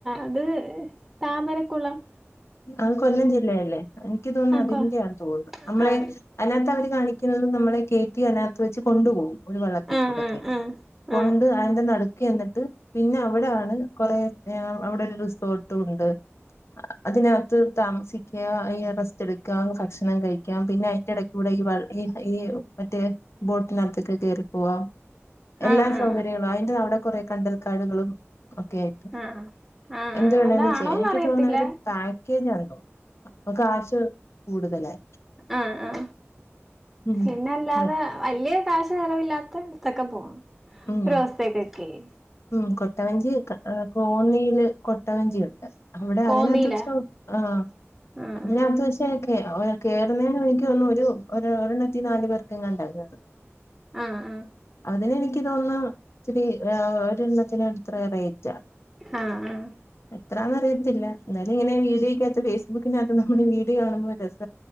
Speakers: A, in the centre; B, on the left.
A: അത് താമരക്കുളം
B: അത് കൊല്ലം ജില്ലയല്ലേ എനിക്ക് തോന്നന്നു
A: ആ
B: അതിന്റെയാണ്
A: കൊ
B: തോന്നന്നു നമ്മളെ
A: ആ
B: അതിനകത്ത് അവര് കാണിക്കുന്നത് നമ്മളെ കേറ്റി അതിനക കത്ത് വെച്ച് കൊണ്ടു പോകും ഒരു വെള്ളത്തിൽ
A: ആ
B: കൂടെ
A: ആ ആ
B: കേറ്റി
A: ആ
B: കൊണ്ട്
A: ആ
B: അതിന്റെ നടുക്ക്‌ ചെന്നിട്ട് പിന്നെ അവിടാണ് കൊറേ അവിടൊരു റിസോർട്ടും ഉണ്ട് അതിനകത്ത് താമസി ക്കാം അല്ലെങ്കി റസ്റ്റ് എടുക്കാം ഭക്ഷണം കഴിക്കാം പിന്നെ അതിന്റെ എടെക്ക് കൂടെ ഈ വ ഈ ഈ മറ്റേ ബോട്ടിനകത്ത് യൊക്കെ കേറിപ്പോവാം എല്ലാ
A: ആ ആ
B: സൗകര്യങ്ങളും അതിന്റെ അവിടെ കൊറേ കണ്ടൽക്കാടുകളും ഒക്കെ ആയിട്ട്
A: ആ ആ
B: എന്ത്
A: ആ
B: വേണേലും
A: അതാണോന്നറി
B: ചെയ്യാം എനിക്ക്
A: യത്തില്ല
B: തോന്നുന്ന ഒരു പാക്കേജ് ഒണ്ടോ അപ്പം കാശ് കൂടുതലായിരിക്കും
A: ആ ആ
B: ഉം
A: പിന്നെ അല്ലാതെ
B: <unintelligible>
A: വലിയ കാശ് ചെലവില്ലാത്തഅ ടുത്തൊക്കെ പോകാം
B: ഉം
A: ഒരു ദോസത്തേക്കൊക്കെയെ
B: ഉം കൊട്ടവഞ്ചി ക കോന്നില് കൊട്ട കൊട്ട വഞ്ചിയുണ്ട് അവിടെ
A: കോന്നിയിലാ
B: അതിനകത്ത് വെച്ച <unintelligible> ആ
A: ആഹ്
B: അതിനകത്ത് വച്ചേ <unintelligible> കേറുന്നതിനു വലി എനിക്ക് തോന്നുന്നു ഒരു ഒരെണ്ണത്തില് നാല് പേർക്ക് അ ങ്ങാണ്ട കേറുന്നത്
A: ആ ആ
B: <unintelligible> എനിക്ക് തോന്നുന്ന് ഇത്തിരി ഒരെണ്ണത്തിന് അത്ര റേറ്റ
A: ആ ആ
B: എത്രന്നറിയത്തില്ല ഇന്നലെ ഇങ്ങനെ വീഡിയോ കാത്ത് ഫേസ് <unintelligible> വീഡിയോ കാണുമ്പോ ഒരു ര